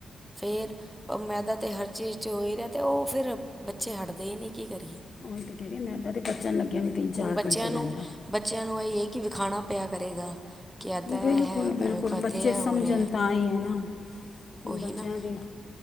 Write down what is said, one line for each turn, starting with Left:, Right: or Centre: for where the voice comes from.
Centre: ਫੇਰ ਮੈਦਾ ਤਾਂ ਹਰ ਚੀਜ਼ ਚ ਹੋ ਹੀ ਰਿਹਾ ਤੇ ਉਹ ਫੇਰ ਬੱਚੇ ਹਟਦੇ ਈ ਨੀ ਕੀ ਕਰੀਏ।
Left: ਉਈ ਤੇ ਕਹਿ ਰਹੀ ਮੈਂਦਾਂ ਤੇ ਪਚਣ ਲੱਗਿਆ ਵੀ ਤਿੰਨ ਚਾਰ
Centre: ਹੁਣ ਬੱਚਿਆਂ
Left: ਘੰਟੇ ਲੈਂਦਾ
Centre: ਨੂੰ ਬੱਚਿਆਂ ਨੂੰ ਏ ਇਹ ਐ ਕਿ ਵਿਖਾਣਾ ਪਿਆ ਕਰੇਗਾ। ਕਿ ਇੱਦਾਂ
Left: ਬਿਲਕੁਲ-ਬਿਲਕੁਲ
Centre: ਇਹ ਹੈ ਵੇਖੋ ਇੱਥੇ
Left: ਬੱਚੇ
Centre: ਇਹ ਹੋ
Left: ਸਮਝਣ
Centre: ਰਿਹਾ ਹੈ।
Left: ਤਾਂ ਈ ਏ ਨਾ।
Centre: ਉਹੀ
Left: ਬੱਚਿਆਂ
Centre: ਨਾ
Left: ਦੀ